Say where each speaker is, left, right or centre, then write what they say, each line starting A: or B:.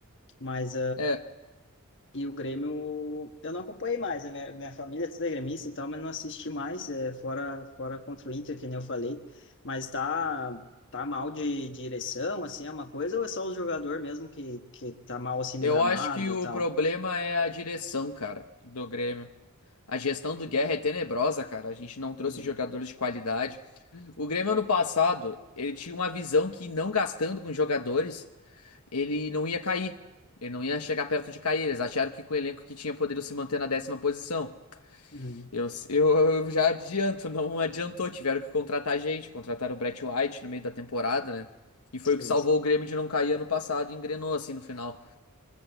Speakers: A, on the left; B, on the left.
A: Mas
B: É,
A: E o Grêmio, eu não acompanhei mais, né? Minha, minha família é toda gremista e tal, mas não assisti mais, é, fora, fora contra o Inter, que nem eu falei. Mas tá, tá mal de, de direção, assim, é uma coisa, ou é só o jogador mesmo que, que tá mal, assim, no
B: Eu
A: gramado
B: acho que o
A: e tal?
B: problema é a direção, cara, do Grêmio. A gestão do Guerra é tenebrosa, cara. A gente não trouxe
A: Uhum.
B: jogadores de qualidade. O Grêmio ano passado, ele tinha uma visão que não gastando com jogadores, ele não ia cair. Ele não ia chegar perto de cair. Eles acharam que com o elenco que tinha poderiam se manter na décima posição.
A: Uhum.
B: Eu, eu, eu já adianto, não adiantou. Tiveram que contratar gente, contrataram o Brett White no meio da temporada, né? E foi
A: Sim,
B: o que salvou
A: sim.
B: o Grêmio de não cair ano passado e engrenou assim no final.